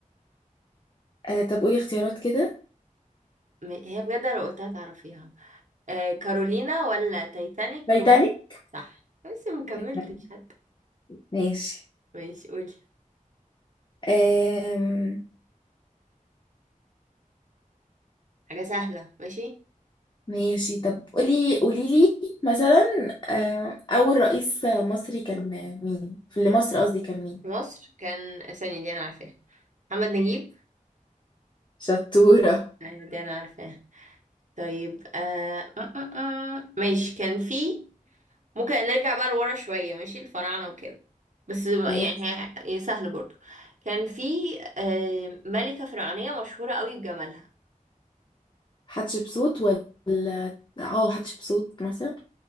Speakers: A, on the left; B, on the right.
A: آه طب قولي اختيارات كده
B: ما- هي بجد لو قلتها تعرفيها آه كارولينا ولا تايتانيك
A: تايتانيك
B: ولا صح بس ما كملتش
A: تايتانيك.
B: حتى
A: ماشي
B: ماشي قولي
A: آم...
B: حاجة سهلة ماشي
A: ماشي طب قولي قولي لي مثلا آه أول رئيس مصري كان مين؟ في مصر قصدي كان مين؟
B: في مصر كان ثانية دي أنا عارفاها محمد نجيب
A: شطورة
B: أيوة دي أنا عارفاها طيب آه... آه، آه، آه. ماشي كان في ممكن نرجع بقى لورا شوية ماشي الفراعنة وكده بس يعني
A: ماشي
B: سهل برضو كان في آه... ملكة فرعونية مشهورة قوي بجمالها
A: حتشبسوت ولا اه حتشبسوت مثلا